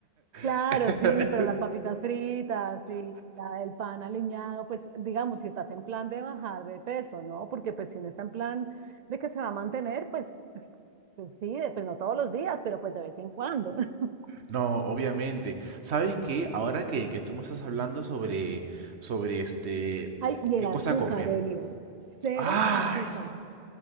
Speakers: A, on the right; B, on the right.
A: Claro,
B: <laughs>
A: sí, pero las papitas fritas y la- el pan aliñado, pues digamos, si estás en plan de bajar de peso, ¿no? Porque pues si uno está en plan de que se va a mantener, pues, pues, pues sí, de- pues no todos los días, pero pues de vez en cuando. <laughs>
B: No, obviamente. ¿Sabes qué? Ahora que, que tú me estás hablando sobre, sobre este,
A: Ay, y el
B: qué
A: azúcar,
B: cosa comer.
A: Elio, cero
B: Ay,
A: azúcar,